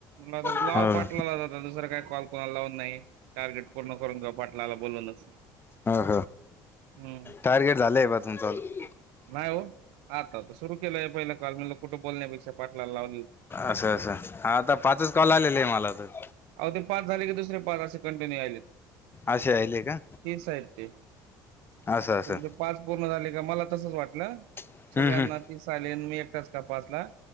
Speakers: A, on the right; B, on the left.
A: म आ
B: हो
A: लाव पाठला जातता दुसरा काही कॉल कोणाला लावत नाही. टार्गेट पूर्ण करून घेऊ पाटलाला बोलूनच.
B: हा.
A: हम्म.
B: टार्गेट झाले आहे बग - <inaudible>
A: नाही हो, आता त सुरू केलंय, पहिलं कॉल, मला कुठं बोलण्यापेक्षा पाटलाला लाव
B: आस आस, हा आता पाच कॉल आलेले आहे मला तर.
A: अहो ते पाच झाले की दुसरे पाच, असे कंटिन्यू यायलेत.
B: असे आले का
A: तिस आहेत ते तुच्या
B: असं असं
A: पाच पूर्ण झाले का मला तसच वाटलं
B: हम्म,
A: सगळ्यांना
B: हम्म.
A: दिसायला मी एकटाच का पाच ला